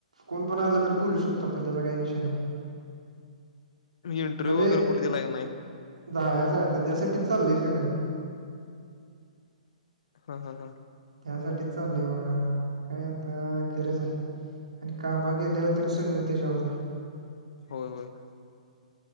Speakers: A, on the right (about 70°); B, on the left (about 55°).
A: कोण पण आलं तर बोलू शकतो आपण त्याचा काही विषय नाही.
B: इंटरव्यू
A: भले
B: वगैर कुठ दिला का नाही?
A: जायचं आहे आता त्यासाठीच चालय सगळं.
B: हा हा हा.
A: त्यासाठीच चाललंय बाळा काय आता गरज आहे. कामावर गेल्यावर तर सगळे तेजावरच आहे.
B: होय होय